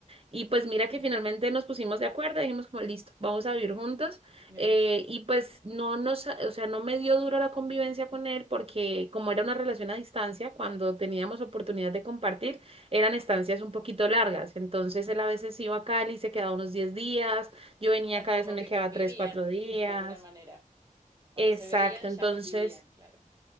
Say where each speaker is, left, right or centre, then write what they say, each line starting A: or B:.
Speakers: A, on the right (about 40°); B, on the right (about 25°).
A: Y pues mira que finalmente nos pusimos de acuerdo, dijimos como, listo, vamos a vivir juntos.
B: Mira.
A: Eh, y pues no nos, o sea, no me dio duro la convivencia con él porque como era una relación a distancia, cuando teníamos oportunidad de compartir, eran estancias un poquito largas. Entonces él a veces iba a Cali, se quedaba unos 10 días, yo venía
B: Claro,
A: acá,
B: como
A: a veces me
B: que
A: quedaba
B: convivían
A: 3 4 días.
B: de alguna manera. Cuando
A: Exacto,
B: se veían,
A: entonces...
B: ya convivían, claro.